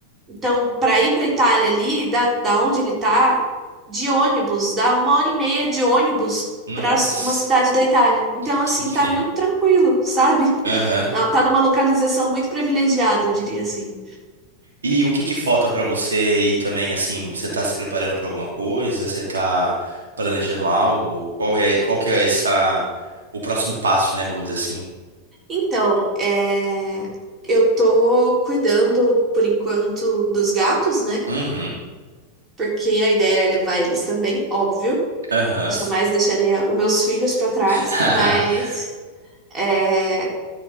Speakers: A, on the right; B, on the right.
A: Então, para ir para Itália ali, da, da onde ele tá, de ônibus, dá uma hora e meia de ônibus
B: Nossa,
A: para uma cidade da Itália. Então, assim,
B: que incrível.
A: tá muito tranquilo, sabe? <laughs>
B: Aham.
A: Não, tá numa localização muito privilegiada, eu diria assim.
B: E o que que falta pra você ir também, assim, você tá se preparando pra alguma coisa? Você tá planejando algo? Qual é, qual que é essa, o próximo passo, né, vamos dizer assim?
A: Então, é, eu tô cuidando, por enquanto, dos gatos, né?
B: Uhum.
A: Porque a ideia é levar eles também, óbvio.
B: Aham.
A: Jamais
B: sim.
A: deixaria os meus filhos para trás,
B: <laughs>
A: mas é,